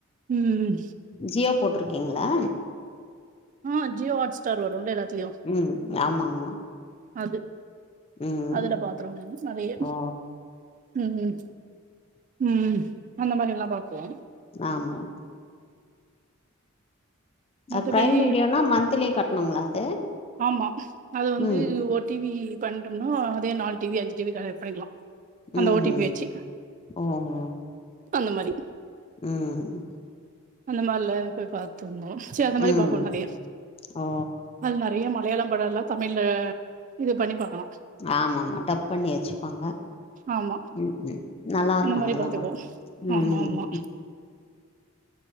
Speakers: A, on the right (about 35°); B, on the left (about 30°).
A: ம்
B: ஜியோ போட்றுக்கீங்ளா
A: ம் ஜியோ ஹாட் ஸ்டார் வருல்ல எல்லாத்திலியு
B: ம் ஆமா ஆமா
A: அது
B: ம்
A: அதுல பாத்துரோ நெறைய
B: ஓ
A: ம் ம் அந்த மாரி எல்லா பாக்குவோ
B: ஆமா
A: மத்தபடி
B: அ ப்ரைம் வீடியோனா மந்த்லி கட்டணுங்ளா அது
A: ஆமா அது வந்து
B: ம்
A: ஒரு டிவி பண்ட்டோம்னா அதே நாலு டிவி அஞ்சு டிவி கனைக்ட் பண்ணிக்லா அந்த
B: ம்ஹ்ம்
A: ஓடிபி வச்சி
B: ஓ ஓ
A: அந்த மாரி
B: ம்
A: அந்த மாரில போய் பாத்துருந்தோ ச்சி அந்த
B: ம்
A: மாரி
B: ம்
A: பாப்போ நெறைய
B: ஓ
A: அது நெறைய மலையாள படோ எல்லா தமிழ அ இது பண்ணி பாக்லா
B: ஆமா ஆமா டப் பண்ணி வச்சுப்பாங்க
A: ஆமா
B: ம் ம் நல்லா
A: அந்த
B: இருக்கு
A: மாரி
B: அதெல்லா
A: பாத்துக்குவோ
B: கூட ம்
A: ஆமா ஆமா